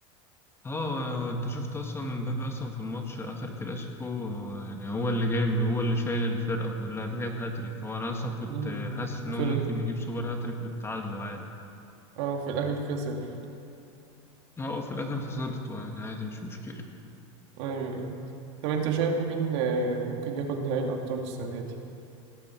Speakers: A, on the left; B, on the right.
A: اه انت شفت اصلا مبابي اصلا في الماتش اخر كلاسيكو آه، يعني هو اللي جايب هو اللي شايل الفرقه كلها ده جايب هاتريك هو انا اصلا كنت
B: م-
A: آه، حاسس
B: م. وفي
A: انه ممكن
B: ال...
A: يجيب سوبر هاتريك ويتعادلوا عادي
B: اه وفي الاخر خسر
A: اه، هو في الاخر خسرته
B: <laughs>
A: يعني عادي مش مشكله
B: أيوه أيوه طب أنت شايف مين آه، ممكن ياخد نهائي الأبطال السنة دي؟